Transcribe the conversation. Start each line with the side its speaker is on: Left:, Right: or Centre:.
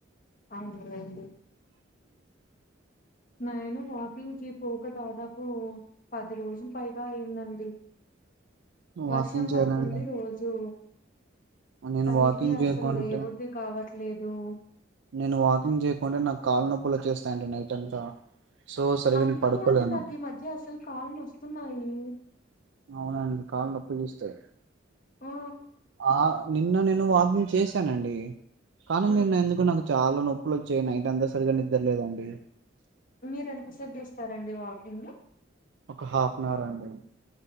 Left: అవునాండి నేను వాకింగ్ కి పోక దాదాపు పది రోజులు పైగా అయిందండి
Right: వాకింగ్
Left: వర్షం
Right: చేయాలండి
Left: పడుతుంది రోజు
Right: నేను
Left: చలికి
Right: వాకింగ్
Left: అసలు
Right: చేయకుంటే
Left: లేబుద్ది కావట్లేదు
Right: నేను వాకింగ్ చేయకుంటే నాకు కాళ్ళ నొప్పులు వచ్చేస్తాయండి నైట్ అంతా సో సరిగా
Left: అందుకేమో
Right: పడుకోలేను
Left: అండి నాకు ఈ మధ్య అసలు కాళ్లు నొస్తున్నాయి
Right: అవునండి కాళ్ళ నొప్పులు ఒస్తాయ్
Left: ఆ
Right: ఆ నిన్న నేను వాకింగ్ చేశానండి కానీ
Left: మ్మ్
Right: నిన్న ఎందుకో నాకు చాలా నో ప్పులు వచ్చాయి నైట్ అంతా సరిగా నిద్రలేదండి
Left: మీరు ఎంత సేపు చేస్తారండి వాకింగు
Right: ఒక హాఫ్ అన్ అవర్ అండి